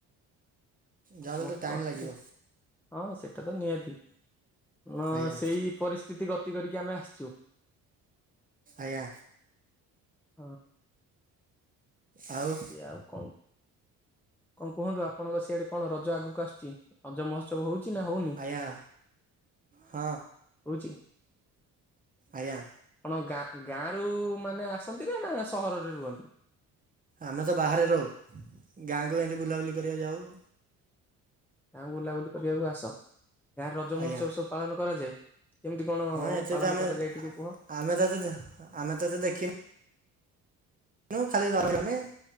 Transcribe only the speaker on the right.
ଯାହାବି ହେଲେ ତ ଟାଇମ୍
ଲାଗିବ
ଆଜ୍ଞା
ଆଜ୍ଞା
ଆଉ
ଆଜ୍ଞା ହଁ
ଆଜ୍ଞା
ଆମେ ତ ବାହାରେ ରହୁ ଗାଁ ଏମତି ବୁଲାବୁଲି କରିବାକୁ ଯାଉ।
ଆଜ୍ଞା
ହଁ ଏତେ
ତ ଆମେ,
ଆମେ ତ ଏତେ, ଆମେ ତ ଏତେ ଦେଖିନୁ ନୁ, ଖାଲି <unintelligible>